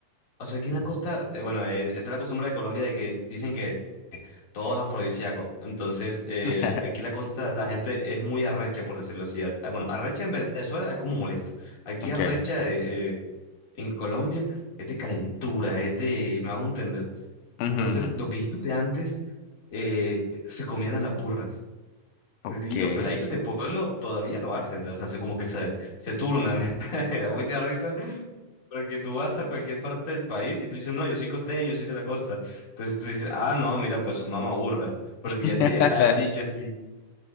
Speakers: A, on the left; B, on the left.
A: o sea, aquí en la
B: ujú.
A: costa, eh, bueno, eh, está la costumbre de Colombia de que dicen que todo es afrodisíaco. Entonces, eh,
B: <laughs>
A: aquí la cosa, la gente es muy arrecha, por decirlo así. Ar- Bueno, arrecha en Venezuela es como molesto. Aquí
B: Okay.
A: arrecha eh, eh, en Colombia es de calentura, es de, me hago entender.
B: Ujú,
A: Entonces,
B: ujú.
A: los viejitos de antes eh, se comían a las burras.
B: Okay.
A: Y los peladitos de pueblo todavía lo hacen, ¿no? O sea, se, como que se, se turnan. <laughs> Da mucha risa. Porque tú vas a cualquier parte del país y tú dices, no, yo soy costeño, yo soy de la costa. Entonces dices, ah, no, mira, pues su mamá aburre. Porque
B: <laughs>
A: ya te, está el dicho así.